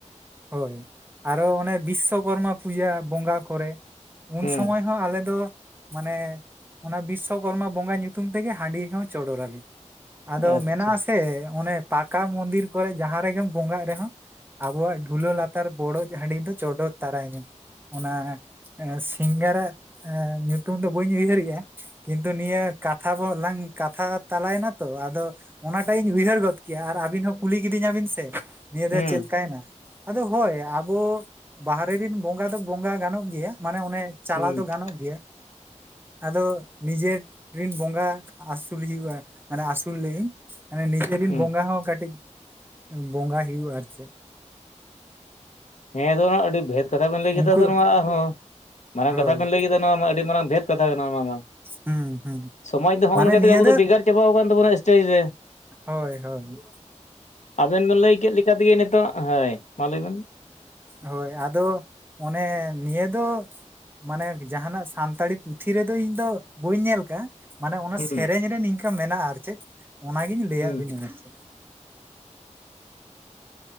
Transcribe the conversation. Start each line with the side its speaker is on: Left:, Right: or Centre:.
Right: ᱦᱳᱭ ᱟᱨᱚ ᱚᱱᱮ ᱵᱤᱥᱥᱚᱠᱚᱨᱢᱟ ᱯᱩᱡᱟ ᱵᱚᱸᱜᱟ ᱠᱚᱨᱮ ᱩᱱ
Left: ᱦᱩᱸ
Right: ᱥᱚᱢᱚᱭ ᱦᱚᱸ ᱟᱞᱮ ᱫᱚ ᱢᱟᱱᱮ ᱚᱱᱟ ᱵᱤᱥᱥᱚ ᱠᱚᱨᱢᱟ ᱵᱚᱸᱜᱟ ᱧᱩᱛᱩᱢ ᱛᱮᱜᱮ ᱦᱟᱺᱰᱤ ᱦᱚᱸ ᱪᱚᱰᱚᱨᱟᱞᱮ᱾ ᱟᱫᱚ
Left: ᱟᱪᱪᱷᱟ
Right: ᱢᱮᱱᱟᱜ ᱟᱥᱮ ᱚᱱᱮ ᱯᱟᱠᱟ ᱢᱚᱱᱫᱤᱨ ᱠᱚᱨᱮ ᱡᱟᱦᱟᱸ ᱨᱮᱜᱮᱢ ᱵᱚᱸᱜᱟᱜ ᱨᱮᱦᱚᱸ ᱟᱵᱚᱣᱟᱜ ᱫᱷᱩᱞᱟᱹ ᱞᱟᱛᱟᱨ ᱵᱚᱰᱚᱡ ᱦᱟᱺᱰᱤ ᱫᱚ ᱪᱚᱰᱚᱨ ᱛᱟᱨᱟᱭ ᱢᱮ᱾ ᱚᱱᱟ ᱥᱤᱝᱜᱟᱨᱟᱜ ᱧᱩᱛᱩᱢ ᱫᱚ ᱵᱟᱹᱧ ᱩᱭᱦᱟᱹᱨᱮᱜ-ᱟ᱾ ᱠᱤᱱᱛᱩ ᱱᱤᱭᱟᱹ ᱠᱟᱛᱷᱟ ᱵᱚᱞᱟᱝ ᱠᱟᱛᱷᱟ ᱛᱟᱞᱟᱭ ᱮᱱᱟ ᱛᱚ ᱟᱫᱚ ᱚᱱᱟᱴᱟᱜ ᱤᱧ ᱩᱭᱦᱟᱹᱨ ᱜᱚᱫ ᱠᱮᱭᱟ ᱟᱨ ᱟᱵᱤᱱ ᱦᱚᱸ ᱠᱩᱞᱤ ᱠᱤᱫᱤᱧᱟ ᱵᱤᱱ ᱥᱮ ᱱᱤᱭᱟᱹ
Left: ᱦᱩᱸ
Right: ᱫᱚ ᱪᱮᱫ ᱞᱮᱠᱟᱭᱮᱱᱟ ᱟᱫᱚ ᱦᱳᱭ ᱟᱵᱚ ᱵᱟᱦᱨᱮ ᱨᱮᱱ ᱵᱚᱸᱜᱟ ᱫᱚ ᱵᱚᱸᱜᱟ ᱜᱟᱱᱚᱜ ᱜᱮᱭᱟ ᱢᱟᱱᱮ ᱚᱱᱮ ᱪᱟᱞᱟᱣ
Left: ᱦᱩᱸ
Right: ᱫᱚ ᱜᱟᱱᱚᱜ ᱜᱮᱭᱟ᱾
Left: <inaudible>
Right: ᱟᱫᱚ ᱱᱤᱡᱮᱨ ᱨᱤᱱ ᱵᱚᱸᱜᱟ ᱟᱹᱥᱩᱞ ᱦᱩᱭᱩᱜ-ᱟ ᱢᱟᱱᱮ ᱟᱹᱥᱩᱞ ᱞᱤᱧ ᱢᱟᱱᱮ ᱱᱤᱡᱮᱨ ᱨᱮᱱ
Left: ᱦᱩᱸ
Right: ᱵᱚᱸᱜᱟ ᱦᱚᱸ ᱠᱟᱹᱴᱤᱡ ᱵᱚᱸᱜᱟ ᱦᱩᱭᱩᱜ-ᱟ ᱟᱨ ᱪᱮᱫ?
Left: ᱦᱮᱸ ᱛᱚ ᱱᱚᱣᱟ ᱟᱹᱰᱤ ᱵᱷᱮᱫ ᱠᱟᱛᱷᱟ ᱵᱮᱱ ᱞᱟᱹᱭ ᱠᱮᱫᱟ
Right: ᱩᱱᱠᱩ
Left: ᱛᱚ ᱱᱚᱣᱟ ᱟᱨᱦᱚᱸ ᱢᱟᱨᱟᱝ
Right: ᱦᱳᱭ
Left: ᱠᱟᱛᱷᱟ ᱵᱮᱱ ᱞᱟᱹᱭ ᱠᱮ ᱱᱚᱣᱟ ᱢᱟ ᱟᱹᱰᱤ ᱢᱟᱨᱟᱝ ᱵᱷᱮᱫᱽ ᱠᱟᱛᱷᱟ ᱠᱟᱱᱟ ᱱᱚᱣᱟ ᱢᱟ
Right: ᱦᱩᱸ ᱦᱩᱸ
Left: ᱥᱚᱢᱟᱡᱽ ᱫᱚ ᱱᱚᱜ-ᱚ
Right: ᱢᱟᱱᱮ
Left: ᱱᱚᱝᱠᱟ
Right: ᱱᱤᱭᱟᱹ
Left: ᱛᱮ ᱟᱵᱚ ᱫᱚ ᱵᱷᱮᱜᱟᱨ ᱪᱟᱵᱟᱣ ᱟᱠᱟᱱ ᱛᱟᱵᱚᱱᱟ ᱥᱴᱮᱡ ᱨᱮ
Right: ᱦᱳᱭ ᱦᱳᱭ ᱾
Left: ᱟᱵᱤᱱ ᱵᱤᱱ ᱞᱟᱹᱭ ᱠᱮᱫ ᱞᱮᱠᱟ ᱛᱮᱜᱮ ᱱᱤᱛᱳᱜ, ᱦᱳᱭ ᱢᱟ ᱞᱟᱹᱭ ᱵᱮᱱᱼᱼ
Right: ᱦᱳᱭ, ᱟᱫᱚ ᱚᱱᱮ ᱱᱤᱭᱟᱹ ᱫᱚᱼᱼ ᱢᱟᱱᱮ ᱡᱟᱦᱟᱱᱟᱜ ᱥᱟᱱᱛᱟᱲᱤ ᱯᱩᱛᱷᱤ ᱨᱮᱫᱚ ᱤᱧ ᱫᱚ, ᱵᱟᱹᱧ ᱧᱮᱞ ᱠᱟᱜ-ᱟ ᱾ ᱢᱟᱱᱮ ᱚᱱᱟ
Left: ᱦᱩᱸ
Right: ᱥᱮᱨᱮᱧ ᱨᱮ ᱱᱤᱝᱠᱟᱹ ᱢᱮᱱᱟᱜᱼᱟ ᱟᱨ ᱪᱮᱫ, ᱚᱱᱟᱜᱤᱧ ᱞᱟᱹᱭᱟᱫ
Left: ᱦᱩᱸ
Right: ᱵᱤᱱᱟ ᱾